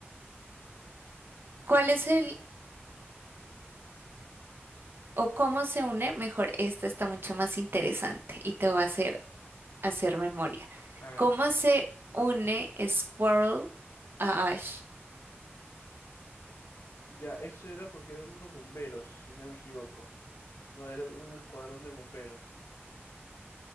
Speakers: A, on the right (about 55°); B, on the left (about 75°).
A: ¿cuál es el o cómo se une, mejor, esta está mucho más interesante y te va a hacer hacer memoria.
B: A ver.
A: ¿Cómo se une Squirrel a Ash?
B: Ya, eso era porque eran unos bomberos, si no me equivoco. No, era un escuadrón de bomberos.